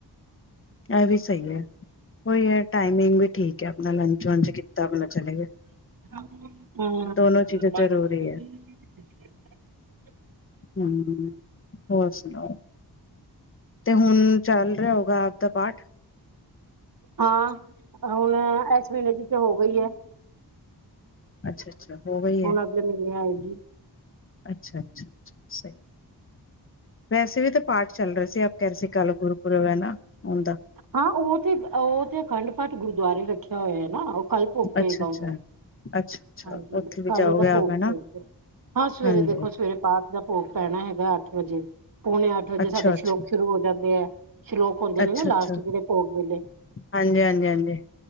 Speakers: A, on the left (about 30°); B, on the right (about 55°).
A: ਇਹ ਵੀ ਸਹੀ ਹੈ ਉਹੀ ਹੈ ਟਾਈਮਿੰਗ ਵੀ। ਠੀਕ ਹੈ ਆਪਣਾ ਲੰਚ ਵੰਚ ਕੀਤਾ ਆਪਣਾ ਚਲੇ ਗਏ।
B: ਹਮ
A: ਦੋਨੋ ਚੀਜ਼ਾਂ ਜ਼ਰੂਰੀ ਹਮ ਹੋਰ ਸੁਣਾਓ ਤੇ ਹੁਣ। ਚੱਲ ਰਿਹਾ ਹੋਗਾ ਆਪ ਦਾ ਪਾਠ।
B: ਹਾਂ ਹੁਣ ਇਸ ਮਹੀਨੇ ਦੀ ਤੇ ਹੋ ਗਈ ਹੈ।
A: ਅੱਛਾ ਅੱਛਾ ਹੋ ਗਈ
B: ਹੁਣ
A: ਹੈ।
B: ਅਗਲੇ ਮਹੀਨੇ ਆਏਗੀ
A: ਅੱਛਾ ਅੱਛਾ ਅੱਛਾ ਵੈਸੇ ਵੀ ਤਾਂ। ਪਾਠ ਚੱਲ ਰਹੇ ਸੀ ਆਪ ਕਹਿ ਰਹੇ ਸੀ ਕੱਲ ਗੁਰਪੁਰਬ ਹੈ ਨਾ ਓਂਦਾ।
B: ਹਾਂ ਉਹ ਤੇ ਉਹ ਤੇ ਅਖੰਡ ਪਾਠ ਗੁਰਦੁਆਰੇ ਰੱਖਿਆ ਹੋਇਆ ਹੈ ਨਾ। ਕੱਲ ਭੋਗ ਪਏਗਾ
A: ਅੱਛਾ-ਅੱਛਾ
B: ਉਹਦਾ।
A: ਅੱਛਾ-ਅੱਛਾ
B: ਹਾਂਜੀ
A: ਉੱਥੇ ਵੀ
B: ਕੱਲ
A: ਜਾਓਗੇ
B: ਉਹਦਾ
A: ਆਪ
B: ਭੋਗ
A: ਹਨਾ
B: ਪਏਗਾ ਹਾਂ ਸਵੇਰੇ
A: ਹਾਂਜੀ
B: ਦੇਖੋ ਸਵੇਰੇ ਪਾ। ਦਾ ਭੋਗ ਪੈਣਾ ਹੈਗਾ ਅੱਠ ਵਜੇ ਪੋਣੇ ਅੱਠ ਵਜੇ
A: ਅੱਛਾ-ਅੱਛਾ
B: ਸਾਡੇ ਸ਼ਲੋਕ ਸ਼ੁਰੂ ਹੋ ਜਾਂਦੇ ਹੈ। ਸ਼ਲੋਕ ਹੁੰਦੇ ਨੇ
A: ਅੱਛਾ-ਅੱਛਾ
B: ਨਾ ਲਾਸਟ ਜਿਹੜੇ ਭੋਗ ਵੇਲੇ।
A: ਹਾਂਜੀ-ਹਾਂਜੀ-ਹਾਂਜੀ